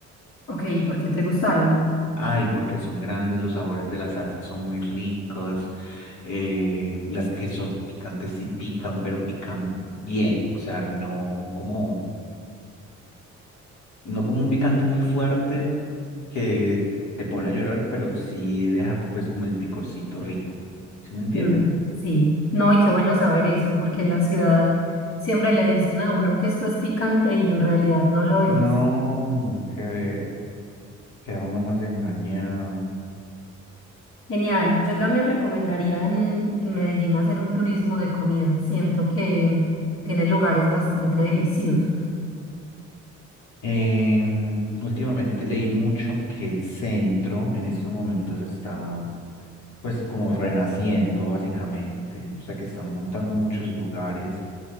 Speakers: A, on the left; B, on the left.
A: Ok, ¿por qué te gustaron?
B: Ay, porque son grandes, los sabores de las salsas son muy ricos, eh, las que son picantes sí pican, pero pican bien, o sea, no como, no como un picante muy fuerte que te pone a llorar, pero sí deja co- pues como el picorcito rico, ¿sí me entiendes?
A: Mm, sí, no, y qué bueno saber eso, porque en la ciudad siempre le dicen a uno que esto es picante y en realidad no lo es.
B: No, no, que ver, queda uno más engañado.
A: Genial. Yo también recomendaría en, en Medellín hacer un turismo de comida. Siento que tiene lugares bastante deliciosos.
B: Em, últimamente leí mucho que el centro en estos momentos está pues como renaciendo básicamente, o sea que están montando muchos lugares